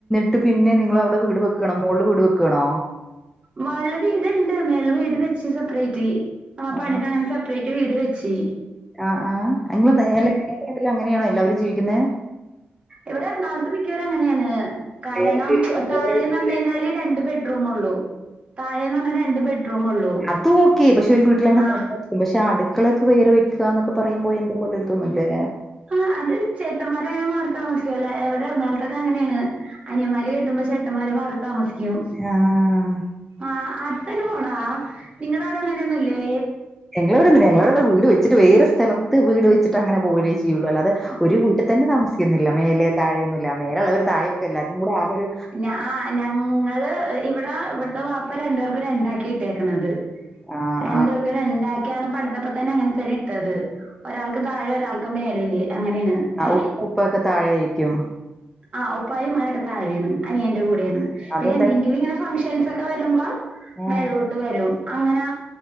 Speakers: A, in the centre; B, on the right.
A: ട്ട് പിന്നെ നിങ്ങൾ അവിടെ വീട് വെക്കണൊ മോൾള് വീട് വെക്കണോ?
B: മേള് വീട്ണ്ട് മേള വീട് വെച്ച് സെപ്പറേറ്റ്
A: ആ
B: പണിതങ്ങെ സെപ്പറേറ്റ് വീട് വെച്ചി
A: ആഹ് ആഹ് എങ്ങള് മേലെ <unintelligible> നാട്ടില അങ്ങനെയാണ് എല്ലാവരും ജീവിക്കുന്നേ
B: ഇവിടെ എറണാകത്ത് മിക്കവര് അങ്ങനെയാണ് കാരണം
A: വേറെ വീട്
B: തായെന്ന്
A: വേറെ വീട്ടിലേക്ക്
B: ന്നേനാല് രണ്ട് ബെഡ്റൂം ഉള്ളൂ താഴേന്ന് പറഞ്ഞാൽ രണ്ട് ബെഡ്റൂം ഉള്ളൂ
A: അതു ഓക്കെ പക്ഷെ ഒരു വീട്ടിൽ അങ്ങനെ
B: ആ
A: ത കു മക്ഷ അടുക്കളൊക്കെ വേറെ വെക്കുകന്നൊക്കെ പറയ്മ്പോ എന്തോ പോലെ തോന്നൂല്ലേ
B: ആഹ് അത് ചേട്ടന്മാര അങ്ങനെ മാറി താമസിക്കുല്ല എവിടെ എറണാകളത്തൊക്കെ അങ്ങനെയാണ് അനിയന്മാര് കേട്ടുമ്പോ ചേട്ടന്മാ മാറി താമസി ക്യും
A: ആഹ്
B: ആഹ് അടുത്തന്നെ പോണോ നിങ്ങളടെ അവിടെ അങ്ങനെയൊന്നുംല്ലേ
A: ഞങ്ങളവിടെന്നനെ ഞങ്ങളടപൊ വീട് വച്ചിട്ട് വേറെ സ്ഥലത്ത് വീട് വെച്ചട്ട് അങ്ങനെ പോഅലേ ചെയ്യുള്ളൂ അല്ലാതെ ഒരു വീട്ടിൽ തന്നെ താമസിക്കുന്നില്ല മേലെ താഴെയന്നില്ല മേലെയുള്ളവ ഒരു താഴെയൊക്കെ എല്ലാവർക്കും കൂടെ ആകൊരു
B: ഞാ ഞങ്ങള് ഇവിടെ ഇവിടുത്തെ വാപ്പ രണ്ടപേർക്കും രണ്ടാക്കി ഇട്ടേക്കണത്
A: ആഹ്
B: രണ്ടർക്കും
A: ആഹ്
B: രണ്ടാക്കിയാണ് പഠത്തപ്പത്തന്നെ അങ്ങനെത്തന്നെ ഇട്ടത് ഒരാൾക്ക് താഴെ ഒരാൾക്ക് മേളയില്ലേ അങ്ങനെയാണ് ഏഹ്
A: ഉമ്മ ഉപ്പയൊക്കെ താഴെയായിരിക്കും
B: ആഹ് ഉപ്പായും മാഴൊക്കെ താഴെയാണ് അനിയന്റെ കൂടേണ്
A: അതെന്താ
B: പിന്നെ എന്തെങ്കിലും ങ്ങനെ ഫങ് ഫ്രൻസൊക്കെ വരുമ്പോ
A: ആഹ്
B: മേളിലോട്ട് വരും അങ്ങനെ